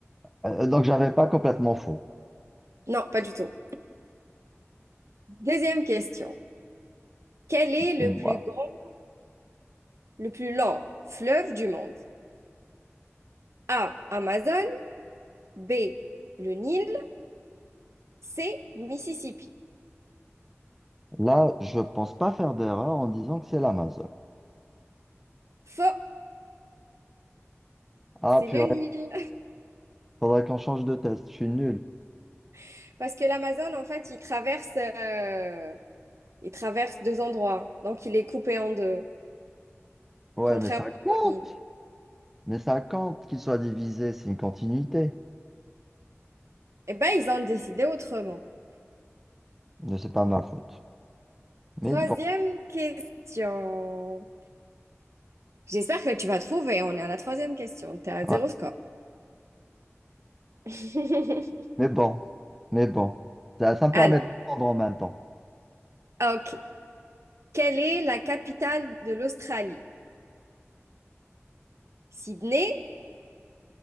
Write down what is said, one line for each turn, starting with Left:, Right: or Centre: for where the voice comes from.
Centre: Euh, donc, j'avais pas complètement faux.
Right: Non, pas du tout. Deuxième question. Quel est le
Centre: Voilà.
Right: plus grand, le plus long fleuve du monde? A, Amazon. B, le Nil. C, Mississippi.
Centre: Là, je pense pas faire d'erreur en disant que c'est l'Amazon.
Right: Faux,
Centre: Ah,
Right: c'est
Centre: puis
Right: le Nil.
Centre: faudrait qu'on change de test. Je suis nul.
Right: <laughs> Parce que l'Amazon, en fait, il traverse euh, Il traverse deux endroits, donc il est coupé en deux,
Centre: Ouais,
Right: contrairement
Centre: mais ça compte.
Right: aux mines.
Centre: Mais 50 qui soit divisé, c'est une continuité.
Right: Eh ben, ils ont décidé autrement.
Centre: Mais c'est pas ma faute. Mais
Right: Troisième
Centre: bon,
Right: question. J'espère que tu vas trouver. On est à la troisième question. T'es à zéro
Centre: ouais.
Right: score. <laughs>
Centre: Mais bon, mais bon. Ça, ça me
Right: Alors,
Centre: permet de prendre en même temps.
Right: ok. Quelle est la capitale de l'Australie? Sydney,